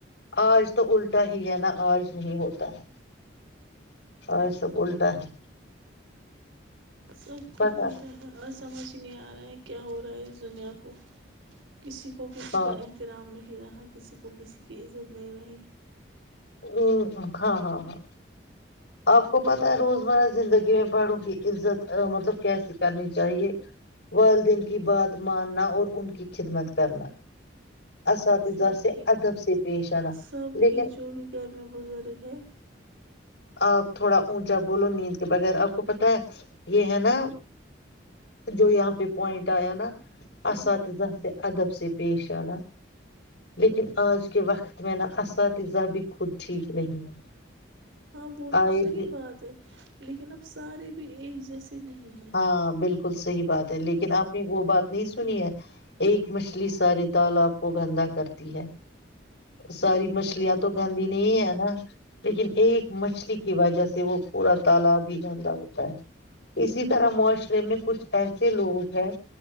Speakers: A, on the left; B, on the right.
A: آج تو الٹا ہی ہے نا آج نہیں ہوتا ہے آج سب الٹا ہے
B: سب کچھ
A: پتا
B: سنتا ہے سمجھ ہی نہیں آ رہا ہے کیا ہو رہا ہے اس دنیا کو کسی کو کسی
A: ہاں
B: کا احترام نہیں رہا کسی کو کسی کی عزت نہیں رہی
A: ہ ہاں ہاں ہاں آپ کو پتا ہے روزمرہ زندگی میں بڑوں کی عزت مطلب کیسی کرنی چاہیے والدین کی بات ماننا اور ان کی خدمت کرنا اساتذہ
B: سب
A: سے
B: کی
A: ادب سے پیش آنا
B: سب
A: لیکن
B: کی جو بھی گھر میں بزرگ ہے
A: آپ تھوڑا اونچا بولو نیند کے بغیر آپ کو پتا ہے یہ ہے نا جو یہاں پہ پوائنٹ آیا نا
B: ہاں
A: اسات ز سے ادب سے پیش آنا لیکن آج کے وقت میں نا اساتذہ بھی خود ٹھیک نہیں ہے
B: ہاں وہ تو
A: آئے
B: صحیح
A: دن
B: بات ہے لیکن اب سارے بھی ایک جیسے نہیں ہیں
A: ہاں بالکل صحیح بات ہے لیکن آپ نے وہ بات نہیں س سنی ہے ایک مچھلی سارے تالاب کو گندا کرتی ہے ساری مچھلیاں تو گندی نہیں ہے نا لیکن ایک مچھلی کی وجہ سے وہ پورا تالاب ہی گندا ہوتا ہے اسی طرح معاشرے میں کچھ ایسے لوگ ہیں